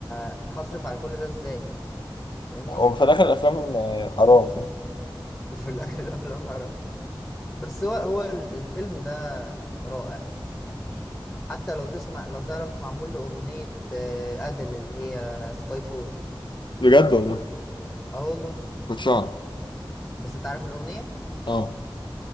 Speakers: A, on the left (about 20°); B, on the left (about 60°).
A: ه... هصرف على كل ده ازاي فاهمني
B: هو في الآخر الأفلام آه، حرام فاهم؟
A: <laughs> وفي الاخر الافلام حرام بس هو هو ال- الفيلم ده رائع يعني حتى لو تسمع لو تعرف معمول له اغنيه آه، ادل اللي هي سكاي فول
B: بجد والله
A: اه والله
B: كنتش أعرف
A: بس انت عارف الاغنيه
B: آه